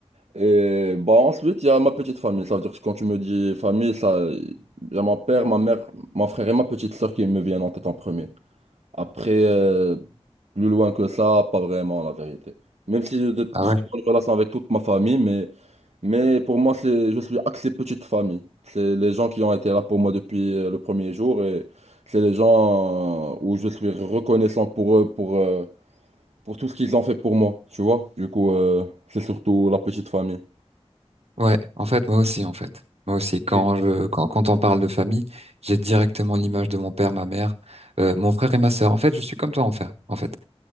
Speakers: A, on the right (about 85°); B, on the right (about 70°).
A: Et bah, ensuite, il y a ma petite famille. Ça veut dire que quand tu me dis famille, ça, il y a mon père, ma mère, mon frère et ma petite soeur qui me viennent en tête en premier. Après, euh, plus loin que ça, pas vraiment la vérité. Même si j'ai de très
B: ah ouais.
A: bonnes relations avec toute ma famille, mais. Mais pour moi, c'est, je suis axé petite famille. C'est les gens qui ont été là pour moi depuis euh, le premier jour et c'est les gens euh, où je suis reconnaissant pour eux, pour, euh, pour tout ce qu'ils ont fait pour moi, tu vois. Du coup, euh, c'est surtout la petite famille.
B: Ouais, en fait, moi aussi, en fait. Moi aussi,
A: Ok.
B: quand je, quand, quand on parle de famille, j'ai directement l'image de mon père, ma mère, euh, mon frère et ma sœur. En fait, je suis comme toi, en fait. En fait,